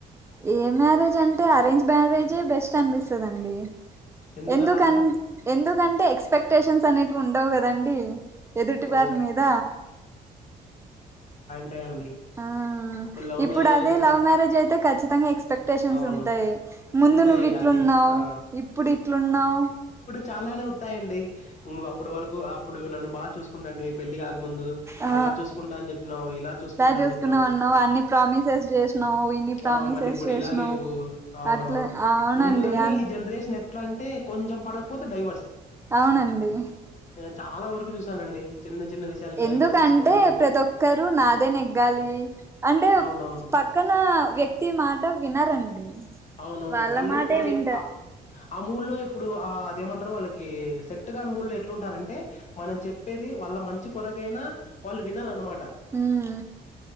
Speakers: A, on the right; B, on the left.
A: ఏ మ్యారేజ్ అంటే అరేంజ్ మ్యారేజ్ జే బెస్ట్ అనిపిస్ స్తదండి
B: ఎందుకు
A: ఎందుకన్
B: అలా అండి
A: ఎందుకంటే ఎక్స్పెక్టేషన్స్ అనేటివి ఉండవు కదండి ఎదుటి
B: అ
A: వారి మీద
B: టే అండి
A: ఆ
B: లవ్
A: ఇప్పుడు
B: మ్యారేజ్
A: అదే
B: అయితే కష్టం
A: లవ్ మ్యారేజ్ అయితే క కచ్చితంగా ఇ ఎక్స్పెక్టేషన్స్
B: అవును
A: ఉంటాయి ముందు
B: ఉంటాయి
A: నువ్వు ఇట్లున్నావ్
B: అది ఆ
A: ఇప్పుడు ఇట్లున్నావ్
B: చాలన ఉంటాయిఅండి అప్పటి వరకు అప్పుడు నన్ను బచుకో చకుండి పెళ్లి కాకముందు
A: ఆ
B: అలా చూసుకుంటా అని చెప్పినావు ఇలా చూసుకుంటా
A: చూసుకున్నాం
B: అని చెప్పినావు
A: అన్నావు అన్ని ప్రామిసెస్ చేసినావు ఇన్ని ప్రామిసెస్
B: ఆ మళ్ళీ ఇప్పుడు
A: చేసినావు
B: ఇలా లేవు అవునవును
A: అట్లా అవునండి
B: ముందుగాల్ని
A: అన్
B: ఈ జనరేషన్ ఎ ఎట్లా అంటే కొంచెం పడకపోతే డైవర్స్
A: అవునండి
B: నేను చాలా వరకు చూసానండి చిన్న చిన్న విషయాలకి
A: ఎందుకంటే
B: డైవర్స్ తీసుకోవడం.
A: ప్రతి ఒక్కరు నాదే నెగ్గాలి అంటే
B: అవునవును.
A: పక్కన వ్యక్తి మాట వినరండి
B: అవునవును.
A: వాళ్ళ
B: వాళ్ళు
A: మాటే
B: వాళ్ళే
A: వింట
B: ఆ మూడ్‌లో ఇప్పుడు ఆ అదేమంటారు వాళ్ళకి సెట్ కాని మూళ్లు ఎట్లు ఉంటారంటే మనం చెప్పేది వాళ్ళ మంచి కొరగేనా పల్ వినర్ రన్ మ
A: హమ్